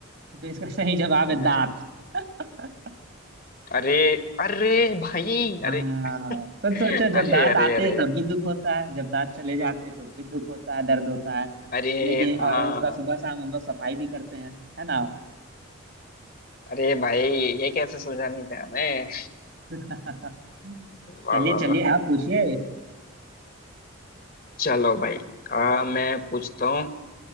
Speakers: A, on the right; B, on the left.
A: तो इसका सही जवाब
B: वो
A: है
B: मैं
A: दांत
B: था
A: <laughs>
B: अरे अरे भाई
A: हाँ
B: अरे <laughs>
A: तो सोचो जब
B: अरे
A: दांत
B: अरे
A: आते
B: अरे
A: हैं तब भी दुख होता है जब दांत चले जाते हैं तो भी दुख होता है दर्द होता है
B: अरे
A: लेकिन
B: हाँ
A: और इसका सुबह शाम हम लोग सफाई भी करते हैं है ना
B: अरे भाई ये कैसे सुलझा नहीं पाया मैं
A: <laughs>
B: वाह
A: चलिए
B: वाह
A: चलिए
B: वाह।
A: आप पूछिए
B: चलो भाई आ, मैं पूछता हूँ